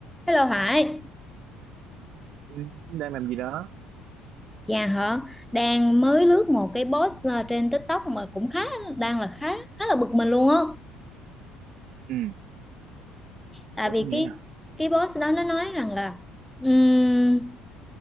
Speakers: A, in the centre; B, on the right.
A: Hello Hải,
B: Ừ, đang làm gì đó
A: chà hả, đang mới lướt một cái post ờ, trên TikTok mà cũng khá đang là khá khá là bực mình luôn á.
B: ừ
A: Tại
B: bữa
A: vì
B: thế như
A: cái
B: thế nào
A: cái post đó nó nói rằng là ừm,